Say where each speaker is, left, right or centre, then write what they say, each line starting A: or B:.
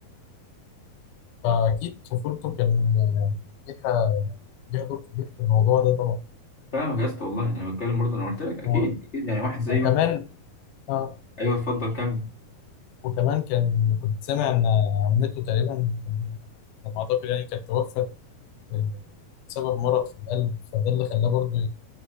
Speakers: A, on the left (about 80°); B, on the left (about 30°).
A: فأكيد طفولته كان كان ليها ليها دور كبير في الموضوع ده طبعا
B: فاهمك يا اسطى والله أنا بتكلم برضه أنا قلت لك أكيد
A: و...
B: أكيد يعني واحد زيه
A: وكمان آه.
B: أيوه اتفضل كمل
A: وكمان كان كنت سامع إن عمته تقريبا على ما أعتقد يعني كانت توفت آه، بسبب مرض في القلب فده اللي خلاه برضه